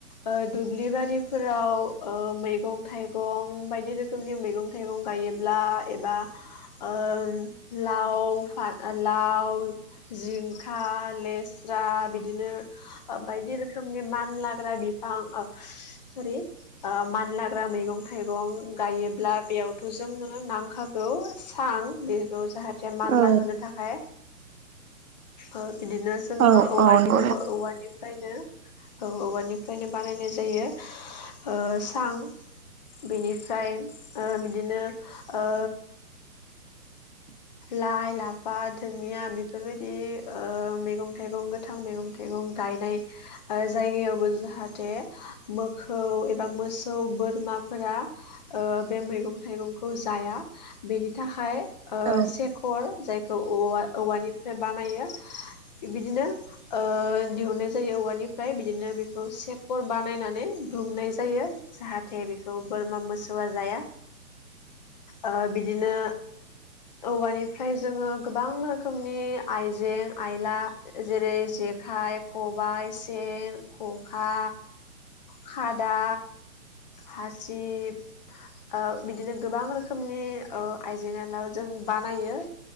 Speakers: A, on the left (about 30°); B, on the right (about 65°).
A: ओ दुब्लि बारिफोराव ओ मैगं थाइगं बायदि रोखोमनि मैगं थाइगं गायोब्ला एबा ओ लाव फा लाव जिं खा, लेस्रा बिदिनो ओ बायदि रोखोमनि मानलाग्रा बिफां ओ सरि मानलाग्रा मैगं थाइगं गायोब्ला बेयावथ' जोंनो नांखागौ सां बेखौ जाहाथ दे मानला
B: औ
A: होनो थाखाय ओ बिदिनो जोङो
B: औ
A: औवा
B: औ नंगौ
A: बिखौबो
B: नोंथां।
A: औवानि फ्रायनो औ औवानिफ्रायनो बानायनाय जायो ओ सां बेनिफ्राय ओ बिदिनो ओ लाइ, लाफा, दुनिया बेफोरबायदि ओ मैगं थाइगं गोथां मैगं थाइगं गायनाय ओ जायगायावबो जाहाथे मोखौ एबा मोसौ बोरमाफोरा ओ बे मैगं थाइगंखौ जाया बेनि थाखाय
B: औ
A: खर जायखौ औवा औवानिफ्राय बानायो बिदिनो ओ दिहुननाय जायो औवानिफ्राय बिदिनो बेखौ सेकर बानायनानै दुमनाय जायो जाहाथ थे बेखौ बोरमा मोसौआ जाया। ओ बिदिनो औवानिफ्राय जोङो गोबां रोखोमनि आइजें आइला जेरै जेखाइ खबाय सेन खखा खादा हासिब ओ बिदिनो गोबां रोखोमनि ओ आइजें आइला जों बानायो।